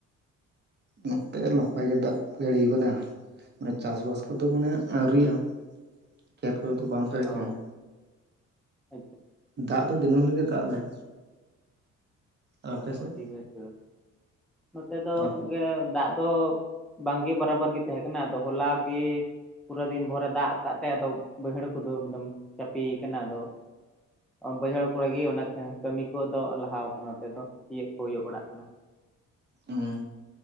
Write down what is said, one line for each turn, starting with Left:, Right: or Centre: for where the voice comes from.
Right: ᱱᱚᱛᱮ ᱱᱟᱯᱟᱭ ᱜᱮ ᱫᱟᱜ ᱠᱚ ᱡᱟᱹᱲᱤ ᱟᱠᱟᱫᱟ <unintelligible> ᱪᱟᱥᱵᱟᱥ ᱠᱚ ᱫᱚ ᱢᱟᱱᱮ ᱟᱹᱣᱨᱤᱭᱟᱜ ᱼᱟ ᱠᱷᱮᱛ ᱠᱚ ᱨᱮ ᱫᱚ ᱵᱟᱢ ᱯᱮᱨᱮᱡ
Centre: ᱚ
Right: ᱠᱟᱱᱟ
Centre: ᱟᱪᱪᱷᱟ
Right: ᱫᱟᱜ ᱫᱚ ᱫᱤᱱᱟᱹᱢ ᱦᱤᱞᱳᱜ ᱜᱮ ᱫᱟᱜ ᱮᱫᱟᱭ ᱟᱨ
Centre: ᱚ
Right: ᱟᱯᱮ ᱥᱮᱫ?
Centre: ᱟᱹᱰᱤ ᱵᱮᱥ ᱱᱚᱛᱮ ᱫᱚ
Right: ᱟᱨ
Centre: ᱜᱮ ᱫᱟᱜ ᱫᱚ ᱵᱟᱝ ᱜᱮ ᱵᱟᱨᱟᱵᱚᱨ ᱜᱮ ᱛᱟᱦᱮᱸ ᱠᱟᱱᱟ ᱟᱫᱚ ᱦᱚᱞᱟ ᱜᱮ ᱯᱩᱨᱟᱹ ᱫᱤᱱ ᱵᱷᱳᱨ ᱮ ᱫᱟᱜ ᱟᱠᱟᱜ ᱛᱮ ᱟ ᱵᱟᱹᱭᱦᱟᱹᱲ ᱠᱚ ᱫᱚ ᱮᱠᱫᱚᱢ ᱪᱟᱯᱤᱭᱟᱠᱟᱱᱟ ᱟᱫᱚ ᱵᱟᱹᱭᱦᱟᱹᱲ ᱠᱚᱨᱮ ᱜᱮ ᱚᱱᱟ ᱠᱟᱹᱢᱤ ᱠᱚ ᱫᱚ ᱞᱟᱦᱟᱣ ᱠᱟᱱᱟ ᱱᱚᱛᱮ ᱫᱚ ᱛᱤᱭᱟᱹᱜ ᱠᱚ ᱦᱩᱭᱩᱜ ᱵᱟᱲᱟᱜ ᱠᱟᱱᱟ
Right: ᱦᱸ